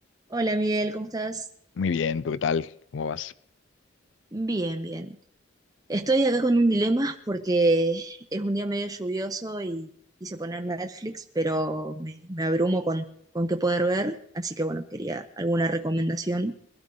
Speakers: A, on the right (about 20°); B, on the left (about 70°).
A: Hola Miguel, ¿cómo estás?
B: Muy bien, ¿tú qué tal? ¿Cómo vas?
A: Bien, bien. Estoy acá con un dilema porque es un día medio lluvioso y quise poner Netflix, pero me, me abrumo con, con qué poder ver, así que bueno, quería alguna recomendación